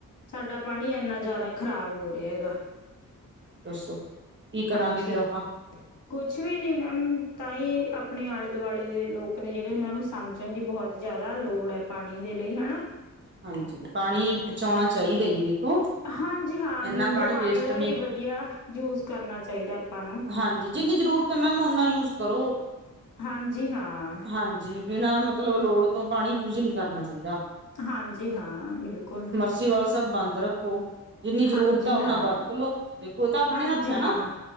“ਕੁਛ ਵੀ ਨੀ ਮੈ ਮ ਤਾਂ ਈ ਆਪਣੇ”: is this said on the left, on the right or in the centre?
Left